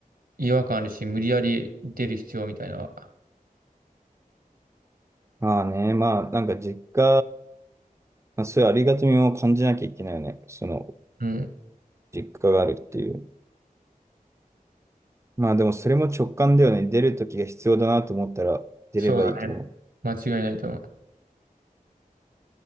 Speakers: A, on the right; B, on the right.
A: 違和感あるし、無理やり出る必要みたいな。
B: まあね、まあなんか実家、まあ、そういうありがたみも感じなきゃいけないよね。その
A: うん。
B: 実家があるっていう。まあでもそれも直感だよね。出るときが必要だなと思ったら出ればいいと思う。
A: そうだね。間違いないと思う。